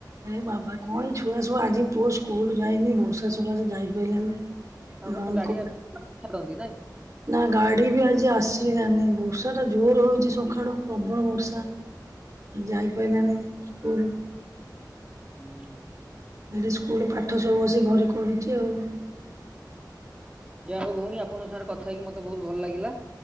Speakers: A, on the right; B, on the right.
A: ଏ ବାବା କଣ ଏଇ ଛୁଆ ସବୁ ଆଜି ପୁଅ ସ୍କୁଲ ଯାଇନି ବର୍ଷା ସକାସେ ଯାଇ ପାଇଲାନେଇ।
B: ତାଙ୍କର
A: ଆଉ
B: ତ ଗାଡି
A: କ
B: ଆସି ଛାଡନ୍ତି ନାଇଁ
A: ନା ଗାଡି ବି ଆଜି ଆସିଲାନି ବର୍ଷା ଟା ଜୋର ହଉଚଛି ସକାଳୁ ପ୍ରବଳ ବର୍ଷା। ଯାଇପାଇଲାନି ସ୍କୁଲ।
B: ହୁଁ।
A: ହେଲେ ସ୍କୁଲ ପାଠ ସବୁ ଆସି ଘରେ କରୁଛି ଆଉ।
B: ଯା ହେଉ ଭଉଣୀ ଆପଙ୍କ ସାଙ୍ଗରେ କଥା ହେଇକି ମତେ ବହୁତ୍ ଭଲ ଲାଗିଲା।